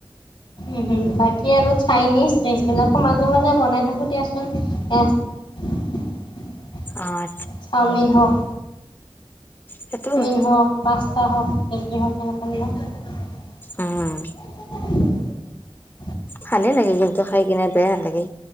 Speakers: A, on the left (about 60°); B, on the left (about 20°).
A: উমম, বাকী আৰু চাইনিজ ডিচ বিলাকো মাজে মাজে বনাই থাকো দিয়াচোন। <inaudible>
B: অঁ।
A: চাউমিন হওক।
B: সেইটো
A: চাওমিন
B: হয়
A: হওক পা। <unintelligible>
B: উম ভালে লাগে কিন্তু খাই কিনে বেয়া নালাগে